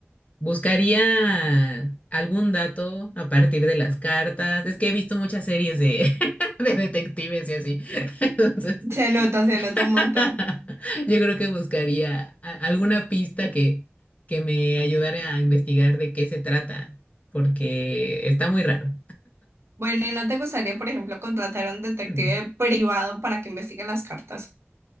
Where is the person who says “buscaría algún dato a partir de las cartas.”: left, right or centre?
Left